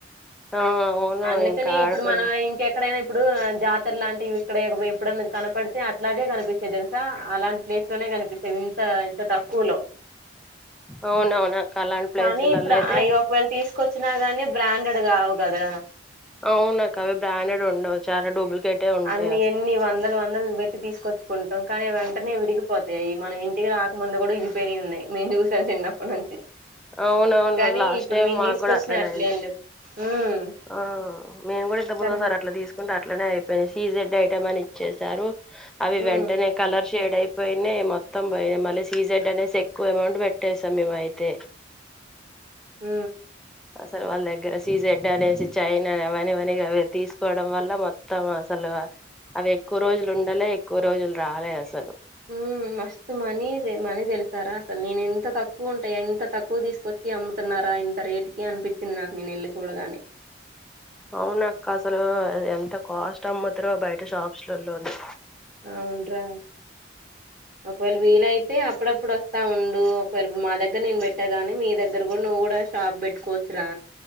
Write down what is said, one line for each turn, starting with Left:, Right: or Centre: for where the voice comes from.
Centre: ఆ అవును
Right: అందుకని
Centre: ఇంకా
Right: ఇప్పుడు
Centre: ఆడపిల్ల
Right: మన ఇంకెక్కడైనా ఇప్పుడు జాతర లాంటివి ఇక్కడే ఇప్పుడన్నది కనపడితే అట్లాగే కనిపిస్తాయి దెలుసా అలాంటి ప్లేస్ లోనే కనిపి ఇంత ఇంత తక్కువలో
Centre: అవునవును అక్క అలాంటి ప్లేసులలో
Right: కానీ ఇప్పుడు
Centre: అయితే
Right: అయి ఒకవేళ తీసుకు కొచ్చినా గాని బ్రాండెడ్ కావు కదా
Centre: అవునక్క అవి బ్రాండెడ్ ఉండవు చాలా డూప్లికేటే ఉంటాయి
Right: అన్ని
Centre: అసలు
Right: ఎన్ని వందలు వందలు బెట్టి తీసుకొచ్చుకుంటాం కానీ వెంటనే విరిగిపోతాయి మనం ఇంటికి రాకముందు గూడా ఇరిగిపోయినయి ఉన్నాయి మేము చూసి చిన్నప్పటి నుంచి
Centre: అవునవును
Right: కానీ
Centre: లాస్ట్
Right: ఇప్పుడు
Centre: టైం
Right: మీను
Centre: మాకు
Right: దీసుకొచ్చినయి
Centre: కూడా అట్లనే
Right: అట్లేం
Centre: అయింది
Right: లేవు ఉమ్
Centre: ఆ మేము గూడా ఇంత ముందోసారి
Right: సరే
Centre: అట్లా దీసుకుంటే అట్లనే అయిపోయినాయి సీజె ఐటమ్ అని ఇచ్చేసా అవి
Right: ఉమ్
Centre: వెంటనే కలర్ చెడ్ అయిపోయినా మొత్తం పోయినా మళ్ళీ సీజెడ్ అనేసి ఎక్కువ అమౌంట్ పెట్టేస్తాం మేము అయితే
Right: హ
Centre: అసలు వాళ్ళ దగ్గర సీజెడ్ అనేసి చైన్ అనే అవనివని అ తీసుకోవడం వల్ల మొత్తం అసలు అవి ఎక్కువ రోజులు ఉండలే ఎక్కువ రోజులు రాలే అసలు
Right: ఉ మస్తు మనీద మనీ తెలుసు సరా అసలు నేను ఇంత తక్కువ ఉంటాయా ఇంత తక్కువ దీసుకొచ్చి అమ్ముతున్నారా ఇంత రేటుకి అనిపించింది నాకు నేను వెళ్ళి చూడగానే
Centre: అవునక్క అసలు ఎంత కాస్ట్ అమ్ముతరో బయట షాప్స్ లలోని
Right: అవును్రా ఒకవేళ వీలయితే అప్పుడప్పుడోత్త ఉం డు ఒకవేళపుడు మా దగ్గర నేను బెట్టా గానీ మీ దగ్గర నువ్వు గూడా షాప్ బెట్టుకోవచ్చురా